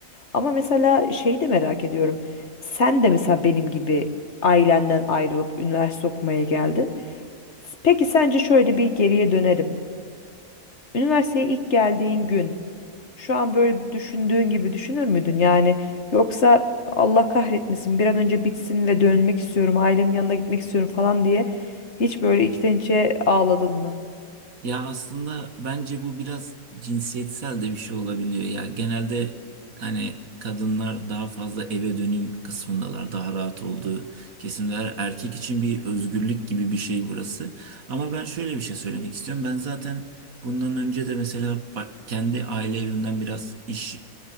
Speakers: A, on the left; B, on the right.
A: Ama mesela şeyi de merak ediyorum. Sen de mesela benim gibi ailenden ayrılıp üniversite okumaya geldin. Peki sence şöyle bir geriye dönelim. Üniversiteye ilk geldiğin gün şu an böyle düşündüğün gibi düşünür müydün? Yani yoksa Allah kahretmesin bir an önce bitsin ve dönmek istiyorum, ailemin yanına gitmek istiyorum falan diye hiç böyle içten içe ağladın mı?
B: Ya aslında bence bu biraz cinsiyetsel de bir şey olabiliyor. Ya genelde hani kadınlar daha fazla eve döneyim kısmındalar. Daha rahat olduğu kesimler. Erkek için bir özgürlük gibi bir şey burası. Ama ben şöyle bir şey söylemek istiyorum. Ben zaten bundan önce de mesela bak- kendi aile evimden biraz iş